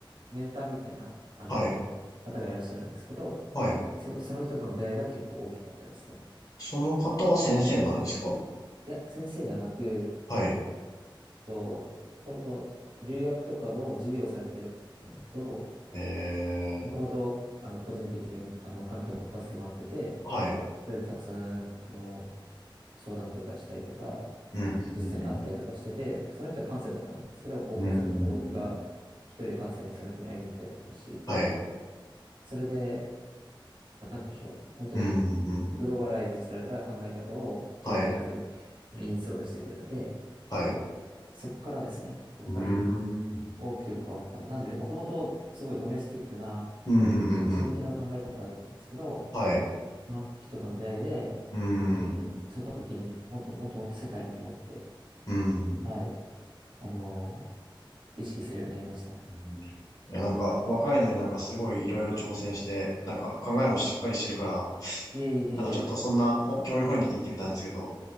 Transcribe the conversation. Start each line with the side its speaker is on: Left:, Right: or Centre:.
Right: メンターみたいな、あの、
Left: はい、
Right: 方がいらっしゃるんですけど、
Left: はい。
Right: そ、その人との出会いが結構大きかったですね。
Left: その方は先生なんですか
Right: いや、先生ではなく、
Left: はい、
Right: と、もともと留学とかの授業をされてるんだけど、
Left: えー、
Right: もともと、あの、個人的に、あの、関係を持たせてもらってて、
Left: はい、
Right: それでたくさん、あの、相談とかしたりとか、
Left: うん、
Right: 実際に会ったりとかしてて、
Left: うん、
Right: その人は関西とかなんですけど、高校生の時から僕が一人で関西にその人に会いに行ったりとかしていて、
Left: うん、うん、うーん、はい、
Right: それで、なんて言うんでしょう、本当に
Left: うん、うん、うん、
Right: グローバライズされた考え方を自分の中にあのインストールしてくれて、
Left: はい、はい、う
Right: そこからですね、やっぱり
Left: ーん、うん、
Right: 大きく変わったの。なんで、もともとすごいドメスティックな
Left: うん、うん、
Right: 内向きな考え方だったんですけど、
Left: うんはい、
Right: その人との出会いで、
Left: うーん、
Right: 本当に外向きに、
Left: うん、
Right: 本当、もっともっと世界にと思って、
Left: う
Right: はい、あのー意識するようになりましたね。
Left: んいや、なんか、若いのになんかすごいいろいろ挑戦して、なんか考えもしっかりしてるから、
Right: いえいえいえ。
Left: なんかちょっとそんなほ興味本位で聞いてみたんですけど、